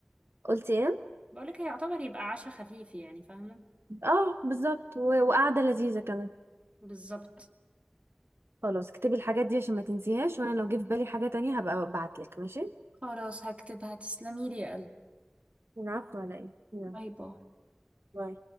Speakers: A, on the right; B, on the right.
A: قلت ايه
B: بقولك هيعتبر يبقى عشاء خفيف يعني فاهمه
A: اه بالظبط و... وقعدة لذيذة كمان
B: بالظبط
A: خلاص اكتبي الحاجات دي عشان ما تنسيهاش وانا لو جه في بالي حاجة تانية هبقى ابعتلك ماشي
B: خلاص هكتبها تسلمي لي يا قلبي
A: العفو على ايه يلا
B: باي باي
A: باي